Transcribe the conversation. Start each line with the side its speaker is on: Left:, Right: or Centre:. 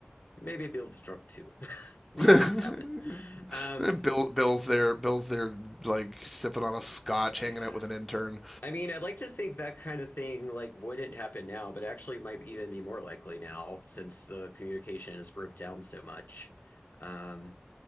Left: maybe Bill's drunk too. <laughs> These
Centre: <laughs>
Left: things happen. Um,
Centre: Bill, Bill's there. Bill's there, like sipping on a scotch,
Left: yeah.
Centre: hanging out with an intern.
Left: I mean, I'd like to think that kind of thing like wouldn't happen now, but actually might even be more likely now since the communication has broke down so much. Um,